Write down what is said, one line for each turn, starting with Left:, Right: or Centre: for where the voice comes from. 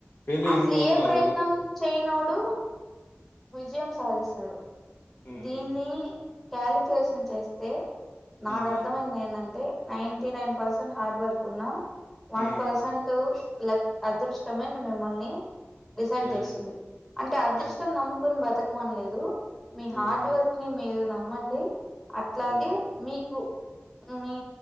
Left: వీళ్ళు
Centre: అసలు
Left: ఎందుకు అవుతున్నారు
Centre: ఏ ప్రయత్నం చేయనోడు విజయం సాధిస్తాడు
Left: ఉమ్
Centre: దీన్ని కాలిక్యులేషన్ చేస్తే నాకు
Left: ఉమ్
Centre: అర్థమైంది ఏందంటే నైంటి నైన్ పర్సెంట్ హార్డ్వర్క్ ఉన్నా వన్
Left: ఉమ్
Centre: పర్సెంట్ లక్ అదృష్టమైడి మిమ్మల్ని డిసైడ్
Left: ఉమ్
Centre: చేస్తుంది అంటే అదృష్టం
Left: అద్
Centre: నమ్ముకొని బతకమని లేదు మీ హార్డ్వర్క్‌ని
Left: ఉమ్
Centre: మీరు నమ్మండి అట్లాగే
Left: ఉమ్
Centre: మీకు మీ